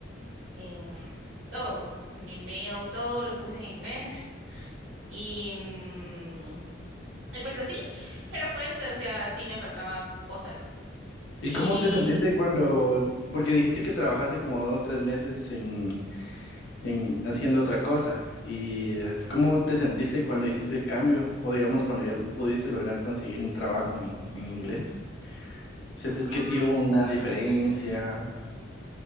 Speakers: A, on the right; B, on the left.
A: em, todo, mi mail, todo lo puse en inglés. Y mm, Y pues así, pero pues, o sea, sí me faltaban cosas, ¿no?
B: ¿Y
A: Y
B: cómo te sentiste cuando, porque dijiste que trabajaste como dos, tres meses en, en haciendo otra cosa, y eh, cómo te sentiste cuando hiciste el cambio, o digamos cuando ya pudiste lograr conseguir un trabajo en, en inglés? ¿Sentís
A: mm,
B: que sí hubo una diferencia?